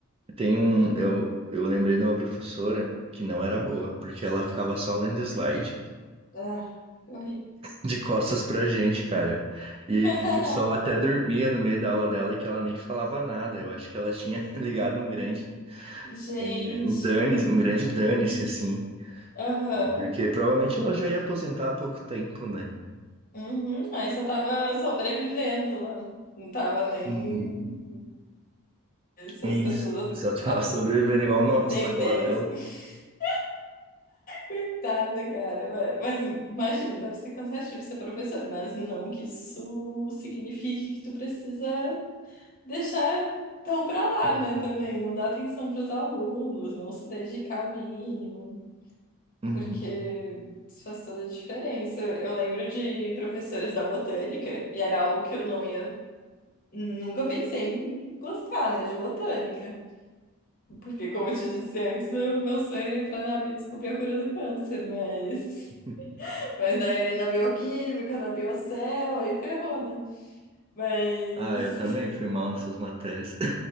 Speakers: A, on the right; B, on the left.
A: Tem um, eu, eu lembrei de uma professora que não era boa, porque ela ficava só lendo slide
B: Ah, que horrível.
A: de costas pra gente, cara. E
B: <laughs>
A: o pessoal até dormia no meio da aula dela e que ela nem falava nada. Eu acho que ela tinha <laughs> ligado um grande,
B: Gente.
A: eh, um dane, um grande dane-se, assim.
B: Aham.
A: E Porque provavelmente ela já ia aposentar há pouco tempo, né?
B: Uhum. Aí só tava sobrevivendo lá. Não tava nem.
A: Uhum.
B: Se
A: É
B: as
A: isso.
B: pessoas
A: Só tava
B: ah,
A: <laughs> sobrevivendo igual nós
B: entendessem.
A: na aula dela.
B: <laughs> Coitada, cara. Mas, mas imagina, deve ser cansativo ser professor, mas não que isso signifique que tu precisa deixar tão pra lá,
A: Uhum.
B: né? Também não dar atenção pros alunos, não se dedicar ao mínimo.
A: Uhum.
B: porque isso faz toda a diferença. Eu lembro de professores da botânica, e era algo que eu não ia, nunca pensei em gostar, né, de botânica. Porque, como eu te disse antes, o meu sonho era entrar na vida e descobrir a cura do câncer, mas.
A: <laughs>
B: <laughs> Mas daí ali na bioquímica, na biocel, aí ferrou, né? Mas.
A: Ah, eu também fui mal nessas matérias.